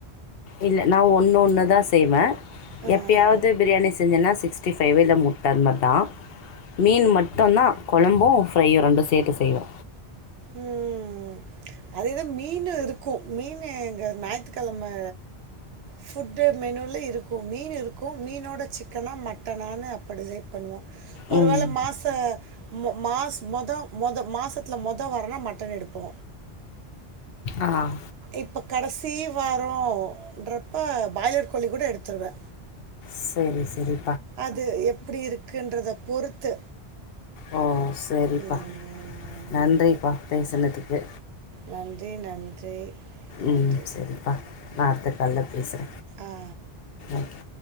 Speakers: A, on the left; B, on the right.
A: இல்ல நா ஒன்னு ஒன்னு தா செய்வே
B: ஆஹ்,
A: எப்பயாவ்து பிரியாணி செஞ்சன்னா சிக்ஸ் ட்டி ஃபைவு இல்ல முட்ட அது மாரி தா மீன் மட்டுந்தா கொழம்பு ஃப்ரையு ரெண்டு சேத்து செய்வோ
B: உம் அதே தா மீனு இருக்கு மீன் எங்க ஞாய்த்துக்கெழமை ஃபுட்டு மெனுல இருக்கு மீன் இருக்கு மீனோட சிக்கனா மட்டனான்னு அப்ப டிசைட் பண்வோ ஒருவேள
A: ம்
B: மாச மொ மாஸ் மொத மொத மாசத்துல மொ த வாரோன்னா மட்டன் எடுப்போ
A: ஆஹ்
B: இப்ப கடசி வாரோன்றப்ப பாய்லர் கோழி கூட எடுத்துருவே
A: செரி செரி
B: அது எப்பிடி இருக் கின்றத பொறுத்து
A: ஓ செரிப்பா
B: ம்.
A: நன்றிப்பா <unintelligible> சொன்னதுக்கு
B: நன்றி நன்றி நன்றி.
A: ம் சரிப்பா நா அட்த்த கால்ல பேசுற
B: ஆ.
A: ஓகே